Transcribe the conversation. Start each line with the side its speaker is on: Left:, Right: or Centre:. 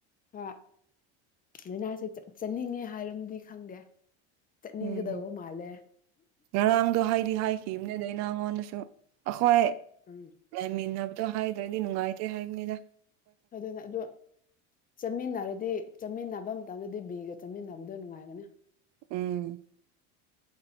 Left: ꯑꯥ ꯂꯥꯏꯅꯥꯁꯦ ꯆꯠꯅꯤꯡꯉꯦ ꯍꯥꯏꯔꯝꯗꯤ ꯈꯪꯗꯦ ꯆꯠꯅꯤꯡꯒꯗꯧꯕ
Right: ꯎꯝ
Left: ꯃꯥꯜꯂꯦ
Right: ꯉꯔꯥꯡꯗꯣ ꯍꯥꯏꯗꯤ ꯍꯥꯏꯈꯤꯕꯅꯦ ꯅꯉꯣꯟꯗꯁꯨ ꯍꯣꯏ
Left: ꯎꯝ
Right: ꯂꯩꯃꯤꯟꯅꯕꯗ ꯑꯣ ꯍꯥꯏꯗ꯭ꯔꯣꯏꯗꯤ ꯅꯨꯡꯉꯥꯏꯇꯦ ꯍꯥꯏꯕꯅꯤꯅ
Left: ꯑꯗꯨꯅ ꯑꯗꯨ ꯆꯠꯃꯤꯟꯅꯔꯗꯤ ꯆꯠꯃꯤꯟꯅꯐꯝ ꯃꯇꯝꯗꯗꯤ ꯕꯤꯒ ꯆꯠꯃꯤꯟꯅꯕꯗꯣ ꯅꯨꯡꯉꯥꯏꯒꯅꯤ
Right: ꯎꯝ